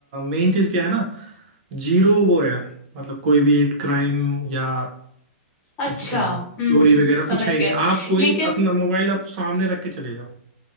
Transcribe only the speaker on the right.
मेन चीज़ क्या है ना जीरो वो है मतलब कोई भी क्राइम या किसी
कह लो
चोरी
वगैरह
कुछ है ही नहीं
आप कोई
अपना मोबाइल आप सामने रख के चले जाओ